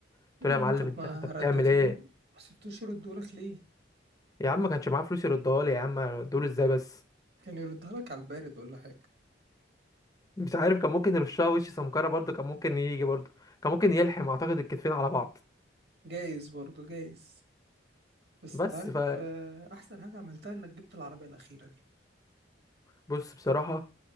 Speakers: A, on the left; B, on the right.
A: قلت
B: مم،
A: له يا معلم
B: طب
A: انت
B: ما
A: انت بتعمل
B: ردته
A: ايه
B: ما سبتوش يردهولك ليه
A: يا عم ما كانش معاه فلوس يردها لي يا عم ادوله ازاي بس
B: كان يردها لك على البارد ولا حاجة
A: مش عارف كان ممكن يرشها وش سمكرة برضه كان ممكن يجي برضه كان ممكن يلحم اعتقد الكتفين على بعض
B: جايز برضه جايز بس
A: بس
B: انت عارف
A: ف
B: آه، احسن حاجة عملتها انك جبت العربية الأخيرة دي
A: بص بصراحة